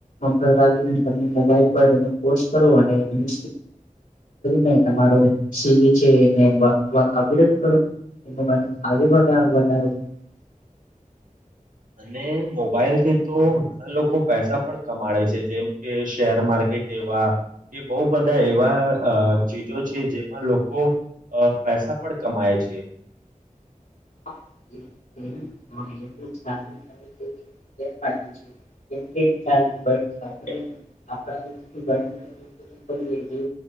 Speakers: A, on the left; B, on the right.
A: ઘર આવીને મોબાઈલ પર એને પોસ્ટ કરો અને એવું નઈ તમારો સીવી છે એને અવ અપગ્રેડ કરો <unintelligible>
B: અને મોબાઈલથી તો ઘણા લોકો પૈસા પણ કમાડે છે, જેમ કે શેર માર્કેટ એવું હા, કે બો બધા એવા ચીજો છે, જેમાં લોકો અહ પૈસા પણ કમાય છે.
A: હા. <unintelligible> <unintelligible> જેમ કે <unintelligible> આપડે આપડા લોકોથી <unintelligible> લોકો કરી જે